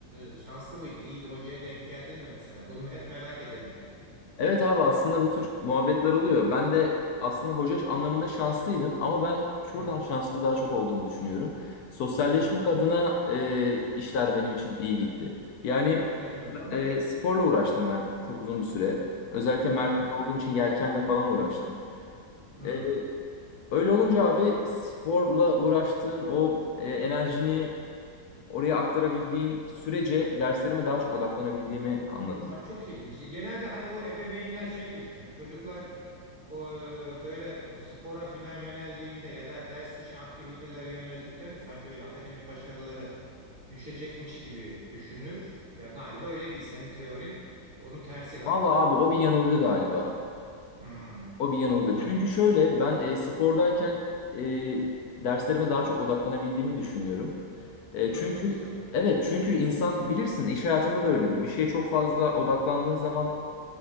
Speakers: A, on the right; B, on the left.
A: e, şanslı mıydın? İyi bir hocaya denk geldin mi mesela? Bunu hep merak ederim çünkü.
B: Evet abi aslında bu tür muhabbetler oluyor. Ben de aslında hoca anlamında şanslıydım ama ben şuradan
A: Hı,
B: şanslı daha çok olduğumu düşünüyorum. Sosyalleşmek
A: hı.
B: adına e, işler benim için iyi gitti. Yani
A: Ne demek o?
B: e, sporla uğraştım ben çok uzun bir süre. Özellikle Mersin'de
A: Hı,
B: olduğum için yelkenle falan uğraştım.
A: hı.
B: E, Öyle olunca abi sporla uğraştığın o e, enerjini oraya aktarabildiğin sürece derslerime daha çok odaklanabildiğimi anladım.
A: Ha, çok ilginç. Genelde hani bu ebeveynler şey düşünür. Çocuklar o, böyle spora filan yöneldiğinde ya da ders dışı aktivitelere yöneldiklerinde sanki böyle akademik başarıları düşecekmiş gibi düşünür. Ya galiba öyle değil. Senin teorin onun tersi galiba.
B: Vallahi abi o bir yanılgı galiba.
A: Hmm,
B: O bir yanılgı.
A: olabilir.
B: Çünkü şöyle ben e, spordayken e, derslerime daha çok odaklanabildiğimi düşünüyorum. E,
A: Ha,
B: çünkü
A: çok güzel.
B: evet çünkü insan bilirsin iş hayatında da öyledir. Bir şeye çok fazla odaklandığın zaman